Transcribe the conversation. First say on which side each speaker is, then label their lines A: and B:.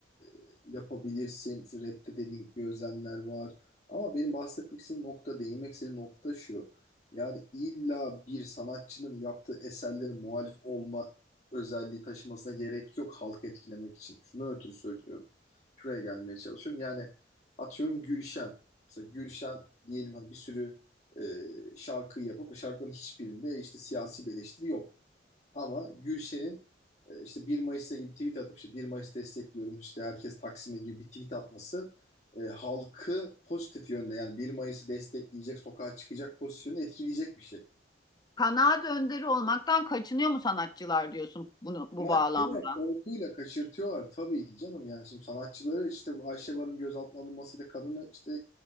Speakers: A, on the left; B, on the left.
A: e, yapabilirsin İşte rapte dediğin gözlemler var ama benim bahsetmek istediğim nokta değinmek istediğim nokta şu yani illa bir sanatçının yaptığı eserlerin muhalif olma özelliği taşımasına gerek yok halkı etkilemek için şunu ötürü söylüyorum şuraya gelmeye çalışıyorum yani atıyorum Gülşen mesela Gülşen diyelim hani bir sürü e, şarkı yapıp şarkıların hiçbirinde işte siyasi bir eleştiri yok. Ama Gülşen'in e, işte 1 Mayıs'ta gibi tweet atıp işte 1 Mayıs destekliyorum işte herkes Taksim'e gibi bir tweet atması e, halkı pozitif yönde yani 1 Mayıs'ı destekleyecek, sokağa çıkacak pozisyonu etkileyecek bir şey.
B: Kanaat önderi olmaktan kaçınıyor mu sanatçılar diyorsun bunu bu
A: Sanatçıyı
B: bağlamda?
A: korkuyla kaçırtıyorlar tabii ki canım yani şimdi sanatçıları işte bu Ayşe Barın gözaltına alınmasıyla kadını işte